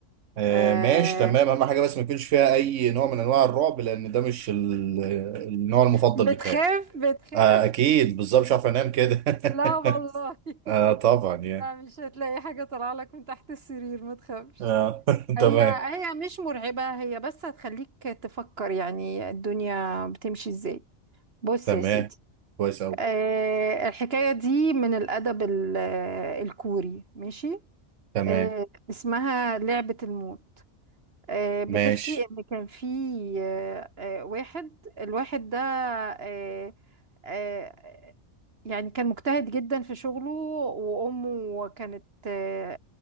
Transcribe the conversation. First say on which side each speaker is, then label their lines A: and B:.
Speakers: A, on the right (about 85°); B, on the right (about 55°).
A: آه،
B: آه
A: ماشي تمام أهم حاجة بس ما يكونش فيها أي نوع من أنواع الرعب لأن ده مش ال- النوع المفضل
B: بتخاف
A: بتاعي
B: بتخاف
A: آه، أكيد بالظبط مش عارف أنام كده <laughs>
B: <laughs> لا والله
A: آه طبعا
B: <laughs>
A: يعني
B: لا مش هتلاقي حاجة طالعة لك من تحت السرير ما تخافش
A: آه <laughs>
B: هي
A: تمام
B: هي مش مرعبة هي بس هتخليك تفكر يعني الدنيا بتمشي ازاي بص
A: تمام
B: يا سيدي
A: كويس أوي
B: آه الحكاية دي من الأدب ال- آه، الكوري ماشي
A: تمام
B: آه اسمها لعبة الموت آه، بتحكي
A: ماشي
B: ان كان في آه، آه، واحد الواحد ده آه، آه، يعني كان مجتهد جدا في شغله وامه كانت آه،